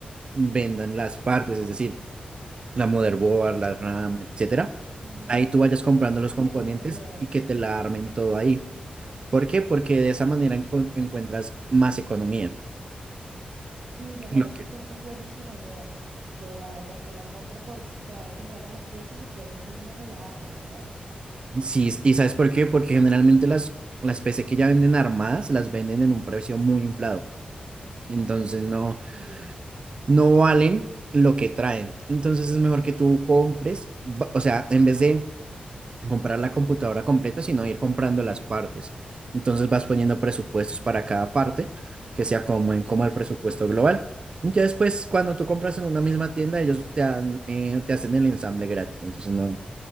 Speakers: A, on the right (about 35°); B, on the right (about 55°).
A: vendan las partes, es decir, la motherboard, la RAM, etcétera.
B: Mm,
A: Ahí tú vayas comprando
B: Ah,
A: los componentes
B: sería buena idea.
A: y que te la armen todo ahí. ¿Por qué? Porque de esa manera enco- encuentras más economía.
B: Sí, me
A: Lo
B: parece
A: que-
B: que eso es buenísima idea, que la vaya, que la compre por, o sea, vaya comprando las piezas y que ellos mismos me las armen, ¿verdad?
A: Sí, ¿y sabes por qué? Porque generalmente las, las PC que ya venden armadas las venden en un precio muy inflado. Entonces no,
B: Sí,
A: no valen lo que traen. Entonces es mejor que tú compres, ba- o sea, en vez de comprar la computadora completa, sino ir comprando las partes. Entonces vas poniendo presupuestos para cada parte que se acomoden como el presupuesto global. Ya después, cuando tú compras en una misma tienda, ellos te, dan, eh, te hacen el ensamble gratis. Entonces no,